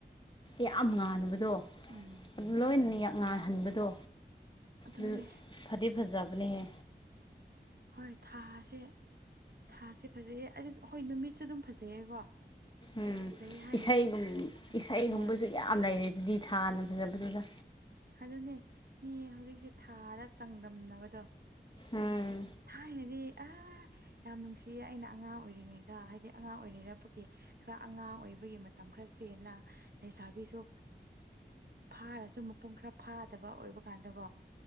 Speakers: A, on the left; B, on the right.
A: ꯌꯥꯝ ꯉꯥꯟꯕꯗꯣ
B: ꯎꯝ
A: ꯑꯗꯨ ꯂꯣꯏꯅ ꯌꯥꯝ ꯉꯥꯍꯟꯕꯗꯣ꯫
B: ꯑꯗꯨꯅꯦ
A: ꯑꯗꯨ ꯐꯗꯤ ꯐꯖꯕꯅꯦꯍꯦ꯫
B: ꯍꯣꯏ ꯊꯥꯁꯦ ꯊꯥꯁꯦ ꯐꯖꯩꯌꯦ ꯑꯗꯨ ꯍꯣꯏ ꯅꯨꯃꯤꯠꯁꯨ ꯑꯗꯨꯝ ꯐꯖꯩꯌꯦꯀꯣ
A: ꯎꯝ
B: ꯐꯖꯩ ꯍꯥꯏꯔꯁꯨ
A: ꯏꯁꯩꯒꯨꯝ ꯏꯁꯩꯒꯨꯝꯕꯁꯨ
B: ꯍꯣꯏ
A: ꯌꯥꯝ ꯂꯩꯔꯦ ꯑꯗꯨꯗꯤ ꯊꯥꯅ ꯐꯖ ꯐꯖꯖ
B: ꯑꯗꯨꯅꯦ ꯃꯤ ꯍꯧꯖꯤꯛꯁꯦ ꯊꯥꯗ ꯆꯥꯡꯗꯝꯅꯕꯗꯣ
A: ꯎꯝ
B: ꯊꯥꯏꯅꯗꯤ ꯑ ꯌꯥꯝ ꯅꯨꯡꯁꯤꯌꯦ ꯑꯩꯅ ꯑꯉꯥꯡ ꯑꯣꯏꯔꯤꯉꯩꯗ ꯍꯥꯏꯗꯤ ꯑꯉꯥꯡ ꯑꯣꯏꯔꯤꯩꯔꯛꯄꯒꯤ ꯈꯔ ꯑꯉꯥꯡ ꯑꯣꯏꯕꯒꯤ ꯃꯇꯝ ꯈꯔ ꯆꯦꯜꯂ ꯂꯩꯁꯥꯕꯤꯁꯨ ꯐꯥꯔꯁꯨ ꯃꯄꯨꯡ ꯈꯔ ꯐꯥꯗꯕ ꯑꯣꯏꯕ ꯀꯥꯟꯗꯀꯣ